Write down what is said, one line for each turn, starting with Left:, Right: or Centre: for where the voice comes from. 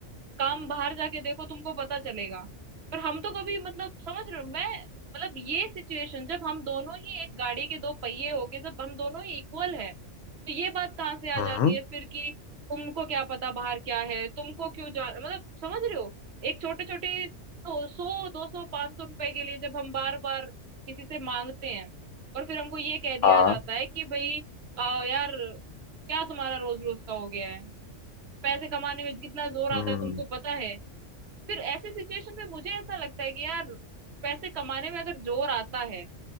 Right: काम बाहर जाके देखो तुमको पता चलेगा पर हम तो कभी मतलब समझ रहे हो मैं मतलब ये सिचुएशन जब हम दोनों ही एक गाड़ी के दो पहिए हो गए जब हम दोनों ही इक्वल है तो ये बात कहाँ से आ
Left: हम्म
Right: जाती है फिर कि तुमको क्या पता बाहर क्या है तुमको क्यों जा मतलब समझ रहे हो एक छोटे छोटे तो सौ दो सौ पांच सौ रुपए के लिए जब हम बार बार किसी से मांगते हैं और फिर हमको ये कह दिया
Left: हाँ
Right: जाता है कि भाई अ, यार क्या तुम्हारा रोज रोज का हो गया है पैसे कमाने में कितना जोर आता
Left: हम्म
Right: है तुमको पता है फिर ऐसी सिचुएशन में मुझे ऐसा लगता है कि यार पैसे कमाने में अगर जोर आता है